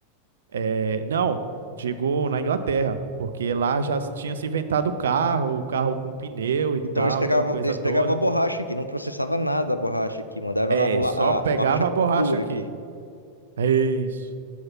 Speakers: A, on the right; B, on the left.
A: eh, não, digo na Inglaterra, porque lá já se tinha se inventado o carro, o carro com pneu e tal,
B: Então eles pegavam,
A: aquela coisa
B: eles
A: toda.
B: pegavam a borracha aqui, não processava nada da borracha aqui, mandava
A: É,
B: ela, o la-
A: só
B: a,
A: pegava
B: a borracha
A: a borracha
B: pura
A: aqui.
B: aqui.
A: É isso.